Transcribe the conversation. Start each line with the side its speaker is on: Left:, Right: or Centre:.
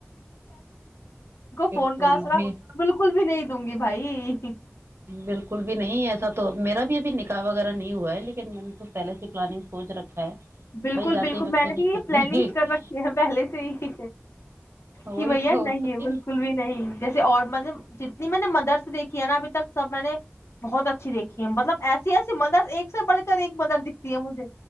Right: بالکل
Left: فون کا آسرا
Right: میں
Left: بالکل بھی نہیں دوں گی بھائی
Right: بالکل بھی نہیں ایسا تو تو میرا بھی ابھی نکاح وغیرہ نہیں ہوا ہے لیکن میں نے تو پہلے سے پلاننگ سوچ رکھا ہے
Left: بالکل
Right: بھائی جاتے
Left: بالکل
Right: ہی بچے
Left: میں نے بھی
Right: نہیں
Left: یہ
Right: کرنے
Left: پلاننگ کر رکھی ہیں پہلے سے ہی کہ
Right: وہی
Left: بھیا
Right: تو
Left: نہیں
Right: کیونکہ
Left: ہے بالکل بھی نہیں جیسے اور مب جتنی میں نے مدرس دیکھی ہے نا اھی تک سب میں نے بہت اچھی دیکھی ہے مطلب ایسی ایسی مدرس ایک سے بڑ کے ایک مدر دکھتی ہے مجھے